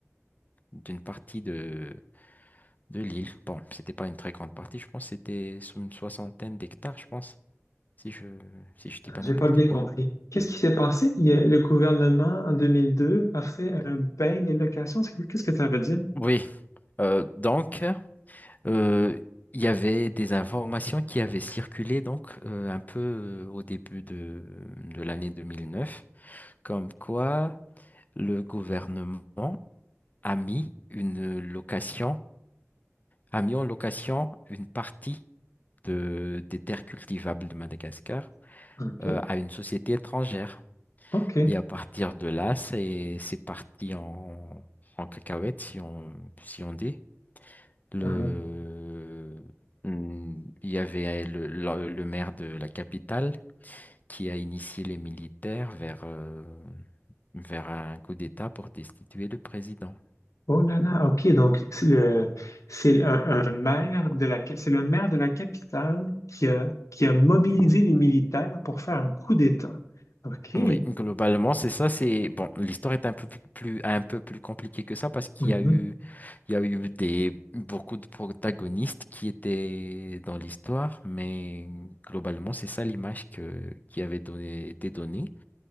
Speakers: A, on the left; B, on the left.
A: d'une partie de, de l'île. Bon, c'était pas une très grande partie, je pense que c'était sous une soixantaine d'hectares, je pense, si je si je dis pas
B: J'ai
A: n'importe
B: pas bien
A: quoi.
B: compris. Qu'est-ce qui s'est passé? Il y a- le gouvernement, en deux mille deux a fait un bail des locations. C'est- Qu'est-ce que ça veut dire?
A: Oui, euh, donc. Euh, il y avait des informations qui avaient circulé donc euh, un peu euh, au début de, de l'année 2009, comme quoi le gouvernement a mis une location, a mis en location une partie de, des terres cultivables de Madagascar
B: OK.
A: euh, à une société étrangère.
B: OK.
A: Et à partir de là, c'est c'est parti en, en cacahuète, si on, si on dit. Le...
B: Uh-huh.
A: Hmm, Il y avait le, le- le maire de la capitale qui a initié les militaires vers, euh, vers un coup d'État pour destituer le président.
B: Oh là là, OK. Donc, c'est le, c'est un, un maire de la, ca- c'est le maire de la capitale qui a, qui a mobilisé les militaires pour faire un coup d'État. OK.
A: Oui, globalement, c'est ça. C'est bon, l'histoire est un peu plus, plus- un peu plus compliquée que ça parce qu'il
B: Mhm.
A: y a eu, il y a eu des beaucoup de protagonistes qui étaient dans l'histoire, mais globalement, c'est ça l'image que qui avait donné, été donnée.